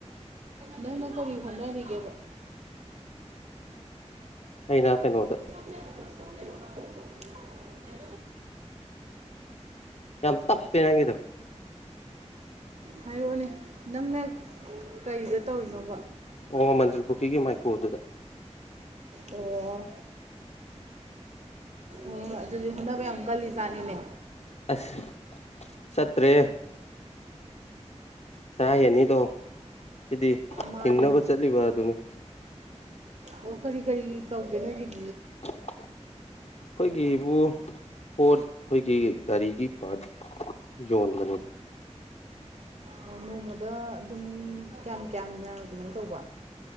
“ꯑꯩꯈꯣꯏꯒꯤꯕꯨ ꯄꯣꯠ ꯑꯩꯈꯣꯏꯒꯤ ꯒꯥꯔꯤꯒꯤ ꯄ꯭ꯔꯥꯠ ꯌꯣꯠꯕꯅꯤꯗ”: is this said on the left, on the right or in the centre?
Left